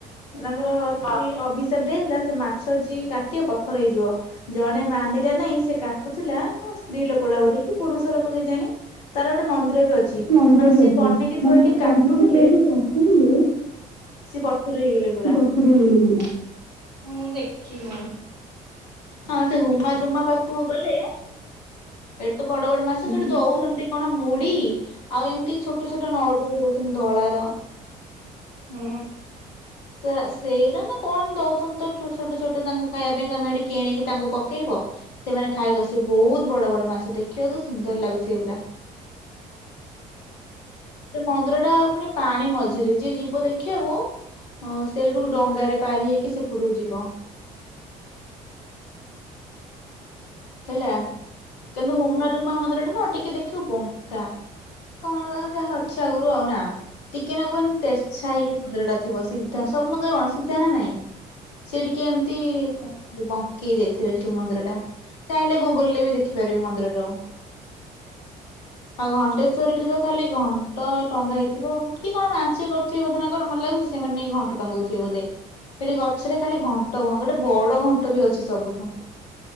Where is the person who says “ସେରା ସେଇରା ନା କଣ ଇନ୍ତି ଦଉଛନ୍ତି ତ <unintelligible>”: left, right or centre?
Left